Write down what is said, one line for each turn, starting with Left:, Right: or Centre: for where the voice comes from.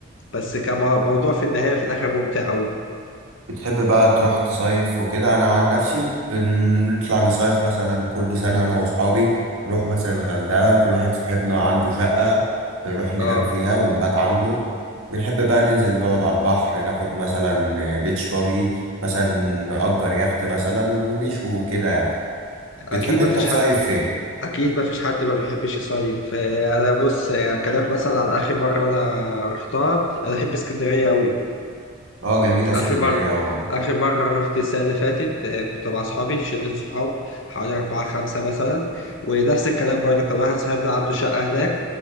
Left: بس كان موضوع في النهايه في الاخر ممتع قوي
Right: بتحب بقى تروح تصيف وكده انا عن نفسي بنطلع نصيف مثلا كل سنه انا واصحابي نروح مثلا الغردقه في واحد صاحبنا عنده شقه بنروح ننام
Left: اه
Right: فيها ونبات عنده بنحب بقى ننزل نقعد على البحر ناخد مثلا بيتش باجي مثلا نأجر يخت مثلا ونشوي وكده يعني
Left: اكيد
Right: بتحب انت
Left: مفيش
Right: تصيف
Left: حد
Right: فين
Left: اكيد ما فيش حد ما بيحبش يصيف آه، انا بص آه، اكلمك مثلا على اخر مره انا رحتها انا بحب اسكندريه قوي
Right: اه جميله اسكندريه
Left: آخر مرة
Right: أوي.
Left: آخر مرة رحت السنة اللي فاتت آه، كنت مع أصحابي شلة صحاب حوالي أربعة خمسة مثلا ونفس الكلام برضه كان واحد صاحبنا عنده شقة هناك